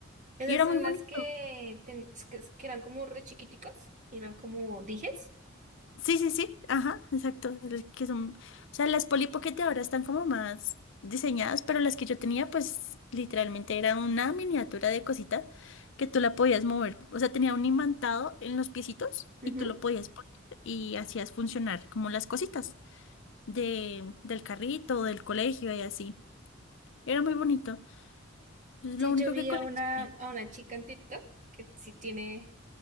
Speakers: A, on the right; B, on the left.
A: Esas
B: Y era
A: son
B: muy bonito.
A: las que, ten- que, que eran como re chiquiticas, y eran como dijes.
B: Sí, sí, sí, ajá, exacto. es Que son, o sea, las Polly Pocket de ahora están como más diseñadas, pero las que yo tenía, pues literalmente era una miniatura de cosita que tú la podías mover. O sea, tenía un imantado en los piecitos
A: Ujú.
B: y tú lo podías poner y hacías funcionar como las cositas de, del carrito, del colegio y así. Era muy bonito. es lo
A: Sí,
B: único
A: yo vi
B: que coleccioné.
A: a una, a una chica en TikTok que sí tiene...